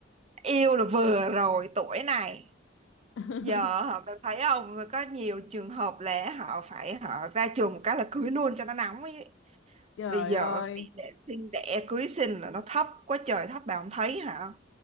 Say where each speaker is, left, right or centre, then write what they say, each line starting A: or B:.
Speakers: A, on the right (about 35°); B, on the left (about 80°).
A: yêu là vừa rồi tuổi này
B: <laughs>
A: giờ họ bạn thấy không có nhiều trường hợp là họ phải họ ra trường một cái là cưới luôn cho nó nóng ấy
B: trời
A: bây giờ
B: ơi
A: tỷ lệ sinh đẻ cưới sinh là nó thấp quá trời thấp bà không thấy hả